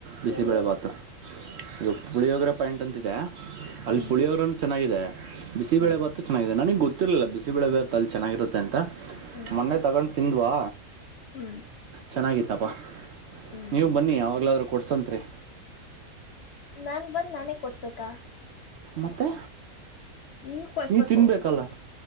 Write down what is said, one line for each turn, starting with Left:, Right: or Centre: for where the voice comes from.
Right: ಬಿಸಿಬಳೆ
Left: ಎಲ್ಲಿ
Right: ಭಾತು ಈಗ ಪುಳಿಯೋಗರ ಪಾಯಿಂಟ್ ಅಂತಿದೆ ಅಲ್ಲಿ
Left: ಹ್ಮ್
Right: ಪುಳಿಯೋಗ್ರಂತ ಚೆನ್ನಾಗಿದೆ ಬಿಸಿಬಳೆ
Left: ಹ್ಮ್
Right: ಬಾತು ಚೆನ್ನಾಗಿದೆ ನನಗೆ ಗೊತ್ತಿರಲಿಲ್ಲ ಬಿಸಿಬಳೆ ಭಾು ಅಲ್ಲಿ ಚೆನ್ನಾಗಿರುತ್ತೆ ಅಂತ
Left: ಹ್ಮ್
Right: ಮೊನ್ನೆ ತಗೊಂಡು ತಿಂದುವಾ
Left: ಹ್ಮ್
Right: ಚೆನ್ನಾಗಿತ್ತಪ್ಪ
Left: ಹ್ಮ್
Right: ನೀವು ಬನ್ನಿ ಯಾವಾಗಲಾದ್ರೂ ಕೊಡ್ಸೋತ್ ರೀ
Left: ನಾನ್ ಬಂದ ನಾನೇ ಕೊಡ್ಸ್ಬೇಕಾ
Right: ಮತ್ತೆ
Left: ನೀನ್ ಕೊಡಿಸ್ಬೇಕು
Right: ನೀ ತಿನ್ಬೇಕಲ್ಲ